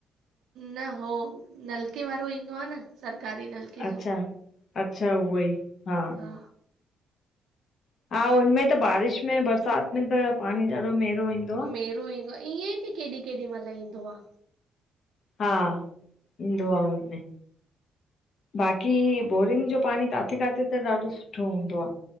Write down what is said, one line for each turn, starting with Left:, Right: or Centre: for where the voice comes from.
Right: न हो नलके वारो ईंदो आ न सरकारी। नलके
Left: अच्छा-अच्छा
Right: जो
Left: उहोई हा।
Right: हा
Left: हा हुनमें त बारिश में बरसात में त पाणी ॾाढो मेरो ईंदो आ।
Right: मेरो ईंदो आ ईअं बि केॾी केॾी मल ईंदो आ
Left: हा ईंदो आ हुनमें। बाक़ी बोरिंग जो पाणी काथे-काथे त ॾाढो सुठो हूंदो आ।